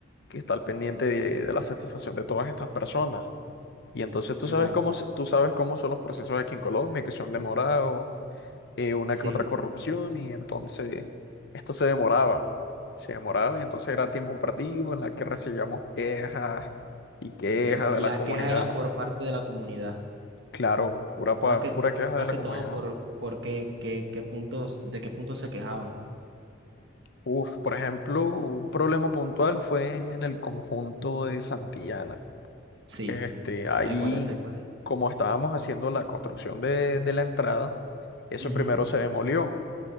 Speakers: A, on the left (about 60°); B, on the right (about 65°).
A: que estar pendiente de, de la satisfacción de todas estas personas. Y entonces tú
B: Claro,
A: sabes cómo, se- tú sabes cómo son los procesos aquí en Colombia, que son demorados eh, una
B: sí.
A: que otra corrupción y entonces esto se demoraba, se demoraba y entonces era tiempo perdido en la que recibíamos quejas y quejas
B: Pero las
A: de la comunidad.
B: quejas eran por parte de la comunidad.
A: Claro, pura,
B: Más
A: pa-
B: que,
A: pura queja
B: más
A: de la
B: que
A: comunidad.
B: todo por, por qué, qué- qué puntos, de qué puntos se quejaban.
A: Uf, por ejemplo, un problema puntual fue en el conjunto de Santillana.
B: Sí,
A: Este, ahí,
B: sé cuál es, sé cuál es.
A: como estábamos haciendo la construcción de, de la entrada, eso
B: Ujú,
A: primero se demolió.